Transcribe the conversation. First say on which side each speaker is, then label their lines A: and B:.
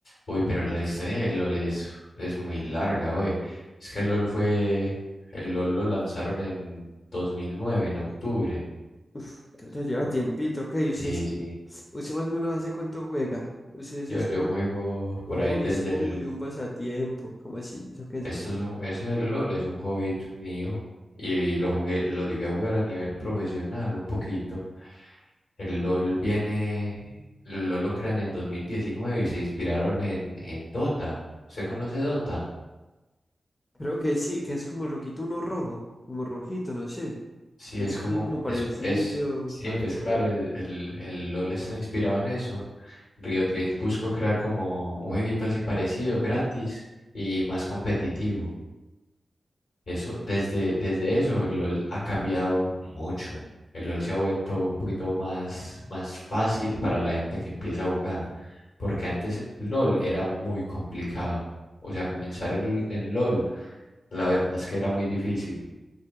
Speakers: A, on the left (about 80°); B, on the left (about 30°).
A: Uy, pero la historia de LOL es, es muy larga, oye. Es que LOL fue. El LOL lo lanzaron en 2009, en octubre.
B: Uf, pero ya lleva tiempito, ok, usted
A: Sí,
B: sí,
A: sí.
B: usted más o menos hace cuánto juega, usted eso
A: Yo,
B: es
A: yo
B: como
A: juego
B: un
A: por ahí
B: hobby
A: desde
B: suyo,
A: el.
B: un pasatiempo, ¿cómo así? ¿Eso qué es?
A: Esto
B: pues?
A: es un, eso del LOL es un hobby mío. Y lo jugué, lo llegué a jugar a nivel profesional un poquito. El LOL viene, el LOL lo crean en 2019 y se inspiraron en, en Dota. ¿Usted conoce Dota?
B: Creo que sí, que es como loquito uno rojo, como rojito, no sé.
A: Sí,
B: Es
A: es
B: también
A: como,
B: como parecido,
A: es, es- sí,
B: algo.
A: pues claro, el, el- el LOL está inspirado en eso. Riot Games buscó crear como un jueguito así parecido, gratis y más competitivo. Eso, desde, desde eso, el LOL ha cambiado mucho. El LOL se ha vuelto un poquito más, más fácil para la gente que empieza a jugar, porque antes LOL era muy complicado. O sea, comenzar el, en LOL, la verdad es que era muy difícil.